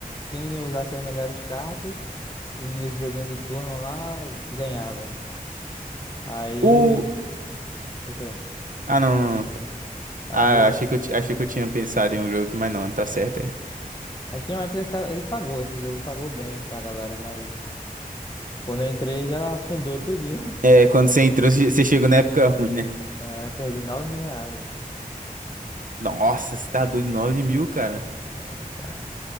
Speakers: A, on the left; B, on the right.
A: quem usasse as melhores cartas, nesse joguinho de turno lá, ganhava. Aí,
B: O...
A: o quê?
B: Ah, não, não, não.
A: Aí,
B: Ah, achei que eu, ti- achei que eu tinha pensado em um jogo aqui, mas não, tá certo, é.
A: aí tinha uma época que tava- ele pagou, esse jogo pagou bem pra galera, mas quando eu entrei já afundou tudinho. <laughs>
B: É, quando você entrou, você você chegou na época ruim, né?
A: É, perdi 9 mil reais, velho. Essa merda,
B: Nossa, você tá doido, 9 mil, cara.
A: aí, cara.